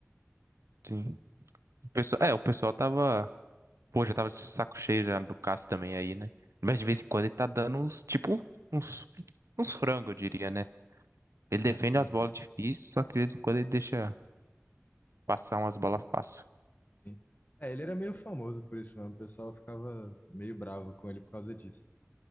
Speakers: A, on the right (about 75°); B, on the left (about 40°).
A: sim. O pessoal- é, o pessoal tava. Pô, já tava de saco cheio já do Cássio também aí, né? Mas de vez em quando ele tá dando uns, tipo, uns, uns frangos, eu diria, né? Ele defende
B: Uhum,
A: as bolas difíceis, só que de vez em quando ele deixa passar umas bolas fáceis.
B: sim. É, ele era meio famoso por isso mesmo. O pessoal ficava meio bravo com ele por causa disso.